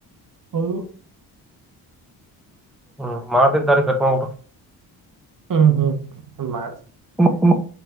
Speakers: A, on the right; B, in the centre.
A: <unintelligible>
B: <unintelligible> ಮಾಡ್ತಿನಿ <unintelligible> ತಕೊ.
A: ಹ್ಮ್ ಹ್ಮ್ <unintelligible>
B: <unintelligible>